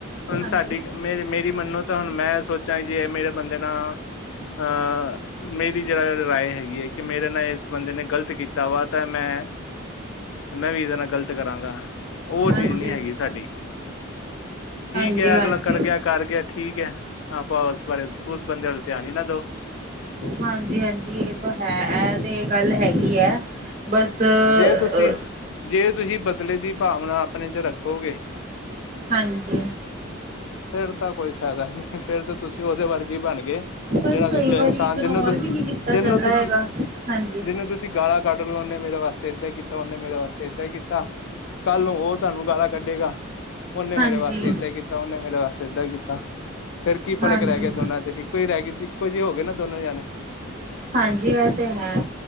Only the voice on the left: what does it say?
ਹੁਣ
ਸਾਡੀ ਮੇਰੀ ਮੇਰੀ ਮੰਨੋ ਤਾਂ ਹੁਣ ਮੈਂ ਸੋਚਾਂ ਜੇ ਮੇਰੇ ਬੰਦੇ ਨਾਲ ਅਹ ਮੇਰੀ ਜਿਹੜੀ ਰਾਏ ਹੈਗੀ ਏ ਕਿ ਮੇਰੇ ਨਾਲ ਇਸ ਬੰਦੇ ਨੇ ਗ਼ਲਤ ਕੀਤਾ ਵਾ ਤਾਂ ਮੈਂ ਮੈਂ ਵੀ ਇਹਦੇ ਨਾਲ ਗ਼ਲਤ ਕਰਾਂਗਾ। ਉਹ
ਚੀਜ਼ ਨੀ ਹੈਗੀ ਸਾਡੀ, ਠੀਕ
ਐ
ਅਗਲਾ ਕਰ ਗਿਆ। ਕਰ ਗਿਆ ਠੀਕ ਐ, ਹਾਂ ਆਪਾਂ ਉਸ ਬਾਰੇ, ਉਸ ਬੰਦੇ ਵੱਲ ਧਿਆਨ ਹੀ ਨਾ ਦਓ।
ਜੇ ਤੁਸੀਂ
ਜੇ ਤੁਸੀਂ ਬਦਲੇ ਦੀ ਭਾਵਨਾ ਆਪਣੇ ਚ ਰੱਖੋਗੇ
ਫਿਰ ਤਾਂ ਕੋਈ ਫਾਇਦਾ ਨੀ ਫਿਰ ਤਾਂ ਤੁਸੀਂ ਉਹਦੇ ਵੱਰਗੇ ਬਣ ਗਏ।
ਜਿਹੜਾ
ਦੂਜਾ
ਇਨਸਾਨ,
ਜਿਹਨੂੰ ਤੁਸੀਂ,
ਜਿਹਨੂੰ
ਤੁਸੀਂ
ਜਿਹਨੂੰ ਤੁਸੀਂ ਗਾਲਾ ਕੱਢਦੇ ਉਹਨੇ ਮੇਰੇ ਵਾਸਤੇ ਏਦਾਂ ਕੀਤਾ, ‌ਉਹਨੇ ਮੇਰੇ ਵਾਸਤੇ ਏਦਾਂ ਕੀਤਾ। ਕੱਲ ਨੂੰ ਉਹ ਤੁਹਾਨੂੰ ਗਾਲਾ ਕੱਢੇਗਾ। ਉਹਨੇ
ਮੇਰੇ ਵਾਸਤੇ ਏਦਾਂ ਹੀ ਕੀਤਾ, ਉਹਨੇ ਮੇਰੇ ਵਾਸਤੇ ਏਦਾਂ ਹੀ ਕੀਤਾ ਫਿਰ ਕੀ
ਫ਼ਰਕ ਰਹਿ ਗਿਆ ਦੋਨਾਂ ਚ ਹੀ। ਫਿਰ ਰਹਿ ਗੇ, ਇੱਕੋ ਜਿਹੇ ਹੋ ਗਏ ਨਾ ਦੋਨੋਂ ਜਾਣੇ।